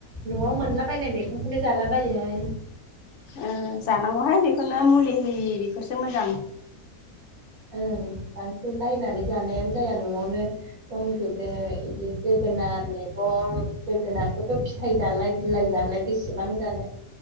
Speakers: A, on the right (about 65°); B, on the left (about 60°).
A: न'आव मोनलाबायनाय मेगंखौलाय जाला बायोहाय
B: ओ जानांगौहाय बेखोनो मुलि होयि बेफोरसो मोजां
A: ओं बांसिन बायनानै जानायानो जाया न'आवनो दंजोबो इदि जोगोनारनो मैगं जोगोनारखौथ' फिथाइ जालाय बिलाइ जालाय बेसेबां जानो